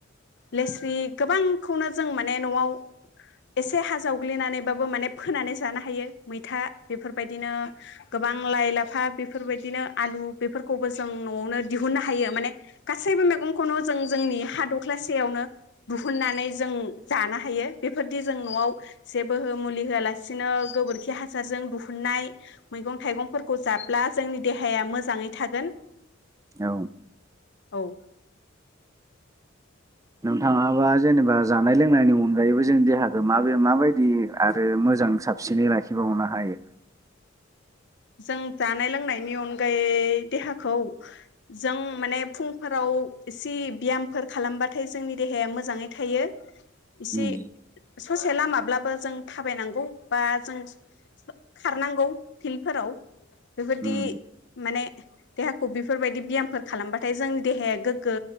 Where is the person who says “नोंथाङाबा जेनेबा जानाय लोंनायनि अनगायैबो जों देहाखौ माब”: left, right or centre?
Right